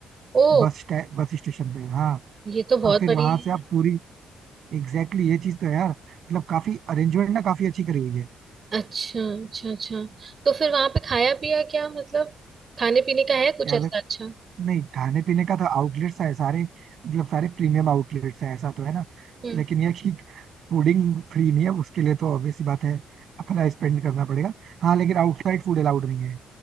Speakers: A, on the right (about 40°); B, on the right (about 65°).
A: ओ
B: बस स्टे- बस स्टेशन पे हाँ
A: ये तो बहुत
B: और फिर
A: बड़ी
B: वहां से आप
A: है
B: पूरी एग्जैक्टली exactly ये चीज तो है यार मतलब काफी अरेंजमेंट ना काफी अच्छी करी हुई है
A: अच्छा अच्छा अच्छा तो फिर वहां पे खाया पिया क्या मतलब खाने पीने का है कुछ
B: यार
A: ऐसा अच्छा
B: नहीं खाने पीने का तो आउटलेट्स है सारे मतलब सारे प्रीमियम आउटलेट्स है ऐसा तो है ना
A: हम्म
B: लेकिन यह कि फूडिंग फ्री नहीं है उसके लिए तो ऑब्वियस सी बात है अपना स्पेंड करना पड़ेगा हाँ लेकिन आउटसाइड फूड अलाउड नहीं है